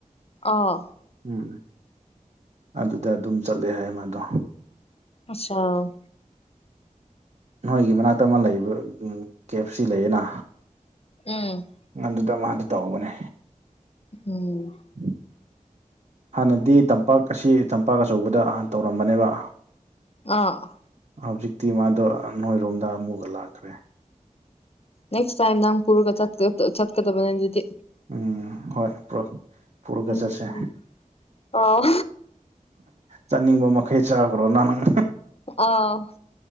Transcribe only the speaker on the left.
ꯑꯥ
ꯑꯆꯥ
ꯎꯝ
ꯎꯝ
ꯑ
ꯅꯦꯛꯁ ꯇꯥꯏꯝ ꯅꯪ ꯀꯨꯔꯒ ꯆꯠꯀ ꯆꯠ ꯀ ꯇꯕ ꯅꯗꯇꯗꯤ
ꯎꯝ
ꯑꯥꯎ
ꯑꯥ